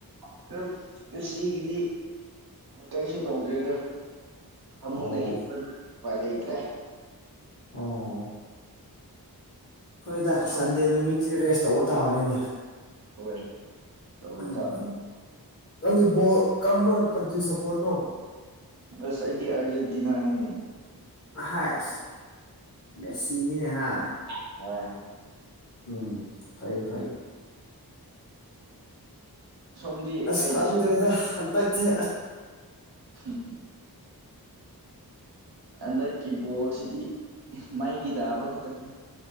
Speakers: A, on the right; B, on the left.
A: <inaudible> ꯁꯤꯒꯤꯗꯤ ꯀꯩꯁꯨ ꯇꯧꯗ꯭ꯔꯦꯗ ꯐꯃꯨꯡꯗ
B: ꯑꯣ
A: ꯍꯤꯠꯄꯅ ꯎꯄꯥꯏ ꯂꯩꯇ꯭ꯔꯦ
B: ꯑꯣ ꯍꯣꯏꯗ
A: ꯁꯣꯝꯗꯤ
B: ꯁꯟꯗꯦ ꯅꯨꯃꯤꯠꯁꯤ ꯔꯦꯁ ꯇꯧꯕ ꯇꯥꯕꯅꯤꯅꯦ
A: ꯍꯣꯏ ꯇꯧꯕ
B: ꯎꯝ
A: ꯇꯥꯕꯅꯤ
B: ꯅꯪꯗꯤ ꯕꯣꯜ ꯀꯔꯝꯕ ꯀꯟꯇ꯭ꯔꯤ ꯁꯞꯄꯣꯔꯠꯅꯣ
A: ꯑꯁ ꯑꯩꯗꯤ ꯑꯥꯔꯖꯦꯟꯇꯤꯅꯥꯅꯤꯅꯦ
B: ꯍꯥꯏ ꯃꯦ ꯁꯤꯅꯤꯅꯦꯍ
A: <unintelligible>
B: ꯎꯝ ꯐꯩ
A: ꯑꯩꯈꯣꯏ
B: ꯐꯩ
A: ꯁꯣꯝꯗꯤ
B: ꯑꯁ
A: ꯀꯩꯗ
B: ꯈꯪꯗ꯭ꯔꯗ
A: ꯁꯞ
B: ꯍꯟꯇꯦꯛꯁꯦ
A: ꯍꯝ ꯍꯨꯝ ꯍꯟꯗꯛꯀꯤ ꯕꯣꯔꯁꯤꯗꯤ ꯃꯩꯒꯤ ꯇꯥꯕ ꯈꯛꯇꯛꯅꯤ